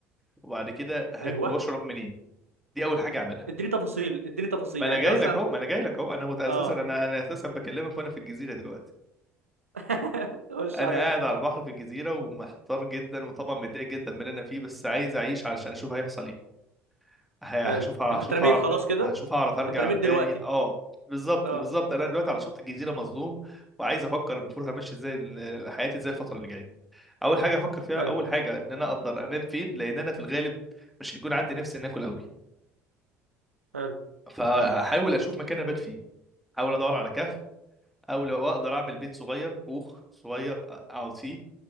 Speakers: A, in the centre; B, on the right.
A: وبعد كده هاكل
B: ايوه
A: واشرب منين دي اول حاجه اعملها
B: اديني تفاصيل اديني تفاصيل
A: ما انا
B: يعني
A: جاي
B: انت مثلا
A: لك اهو ما انا جاي لك اهو انا مت- اساسا
B: اه
A: انا انا اساسا بكلمك وانا في الجزيره دلوقتي
B: <laughs> خش
A: انا
B: عليا
A: قاعد على البحر في الجزيره ومحتار جدا وطبعا متضايق جدا من اللي انا فيه بس عايز اعيش علشان اشوف هيحصل ايه ه-
B: حلو
A: هشوف هشوف
B: انت اترميت
A: هعرف
B: خلاص كده
A: هشوف هعرف ارجع
B: اترميت دلوقتي
A: تاني اه بالظبط
B: اه
A: بالظبط انا دلوقتي على شط الجزيره مظلوم وعايز افكر المفروض همشي ازاي ال- حياتي ازاي الفتره اللي جايه اول حاجه افكر فيها
B: حلو
A: اول حاجه ان انا اقدر انام فين لان انا في الغالب مش هيكون عندي نفس ان اكل قوي
B: حلو
A: فهحاول اشوف مكان ابات فيه احاول ادور على كهف او لو اقدر اعمل بيت صغير كوخ صغير اقعد فيه